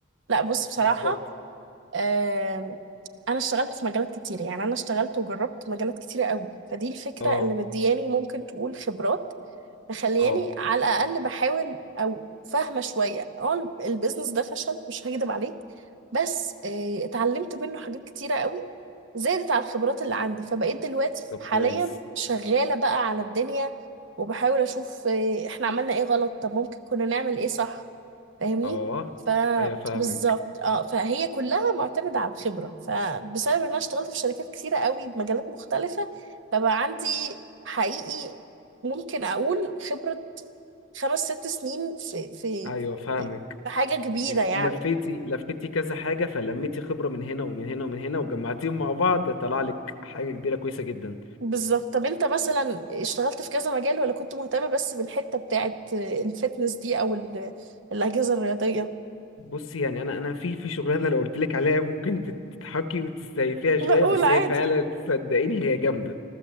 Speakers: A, on the right (about 65°); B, on the left (about 80°).
A: لا بص بصراحة
B: بالظبط
A: آم، أنا اشتغلت في مجالات كتير يعني أنا اشتغلت وجربت مجالات كتيرة قوي فدي الفكرة
B: اه
A: اللي مدياني ممكن تقول خبرات مخلياني
B: اه
A: على الاقل بحاول او فاهمه شويه اه البيزنس ده فشل مش هكدب عليك بس آه، اتعلمت منه حاجات كتيره قوي زادت على الخبرات اللي عندي فبقيت دلوقتي
B: طب
A: حاليا
B: كويس
A: شغاله بقى على الدنيا وبحاول اشوف آه، احنا عملنا ايه غلط طب ممكن كنا نعمل ايه صح فاهمني
B: اه
A: فبالظبط
B: ايوه فاهمك
A: اه فهي كلها معتمدة على الخبرة فبسبب ان انا اشتغلت في شركات كتيرة قوي بمجالات مختلفة فبقى عندي حقيقي ممكن اقول خبرة خمس ست سنين في في
B: ايوه فاهمك
A: في في حاجة كبيرة يعني
B: لفيتي لفيتي كذا حاجة فلميتي خبرة من هنا ومن هنا ومن هنا وجمعتيهم مع بعض طلع لك حاجة كبيرة كويسة جدا
A: بالظبط طب انت مثلا اشتغلت في كذا مجال ولا كنت مهتمة بس بالحتة بتاعت الفتنس دي او ال- الأجهزة الرياضية
B: بصي يعني انا انا في في شغلانة لو قلت لك عليها ممكن تت- تضحكي وتستهي فيها شوية
A: لا قول
B: بس
A: عادي
B: هي فعلا <laughs> صدقيني هي جامدة